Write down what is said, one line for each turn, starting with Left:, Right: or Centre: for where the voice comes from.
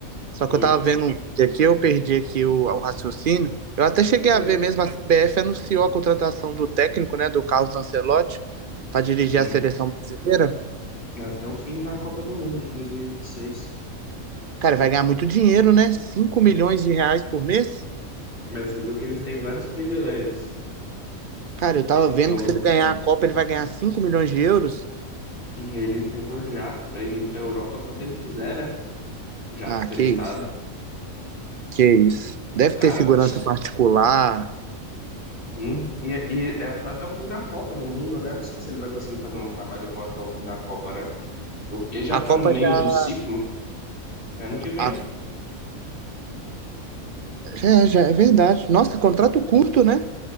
Right: só
Left: Foi?
Right: que eu tava vendo um vídeo aqui, eu perdi aqui o, o raciocínio. Eu até cheguei
Left: É.
Right: a ver mesmo, a CBF anunciou a contratação do técnico, né, do Carlos Ancelotti, para dirigir
Left: Sim,
Right: a seleção brasileira.
Left: até o fim da Copa do Mundo de dois mil e e vinte e seis.
Right: Cara, vai ganhar muito dinheiro, né? 5 milhões de reais por mês?
Left: Mas você viu que ele tem vários privilégios.
Right: Cara, eu tava
Left: Ele
Right: vendo
Left: tem um,
Right: que se ele ganhar a Copa, ele vai ganhar cinco milhões de euros.
Left: ele tem um jato para ele ir para Europa quando ele quiser, né? jato
Right: Ah,
Left: fretado.
Right: que isso. Que isso. Deve
Left: Cara,
Right: ter segurança particular.
Left: sim, e, e é só até o fim da Copa do Mundo, né? Não sei se ele vai conseguir fazer um trabalho bom até o fim da Copa, né? Porque já
Right: A
Left: tá
Right: Copa
Left: no meio
Right: já.
Left: do ciclo, é ano que vem.
Right: a- é, já é verdade. Nossa, contrato curto, né?